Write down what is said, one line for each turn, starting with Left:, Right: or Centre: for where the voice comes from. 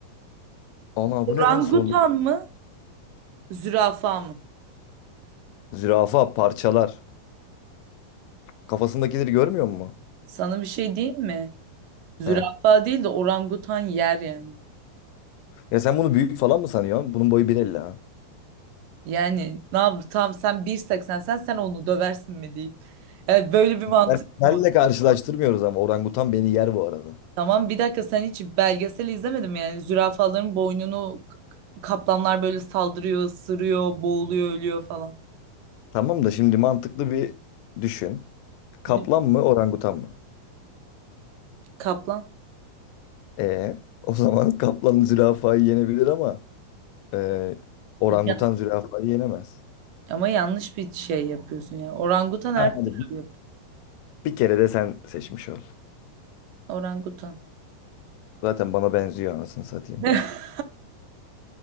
Left: Ana
Right: Orangutan
Left: bu ne lan soluk?
Right: mı? Zürafa mı?
Left: Zürafa parçalar. Kafasındakileri görmüyor musun?
Right: Sana bir şey diyeyim mi? Zürafa
Left: He.
Right: değil de orangutan yer yani.
Left: Ya sen bunu büyük falan mı sanıyorsun? Bunun boyu 1.50 ha.
Right: Yani ne yap tamam sen 1.80 sen sen onu döversin mi deyip. Yani böyle bir mantık
Left: Ben,
Right: mı
Left: benle
Right: var?
Left: karşılaştırmıyoruz ama orangutan beni yer bu arada.
Right: Tamam bir dakika sen hiç belgesel izlemedin mi? Yani zürafaların boynunu k- k- kaplanlar böyle saldırıyor, ısırıyor, boğuluyor, ölüyor falan.
Left: Tamam da şimdi mantıklı bir düşün. Kaplan
Right: Bir
Left: mı orangutan mı?
Right: Kaplan.
Left: E o zaman <laughs> kaplan zürafayı yenebilir ama e, orangutan
Right: Ya,
Left: zürafayı yenemez.
Right: ama yanlış bir şey yapıyorsun yani. Orangutan her
Left: Ha, Hadi
Right: türlü
Left: bir,
Right: yap.
Left: bir kere de sen seçmiş ol.
Right: Orangutan.
Left: Zaten bana benziyor anasını satayım.
Right: <laughs>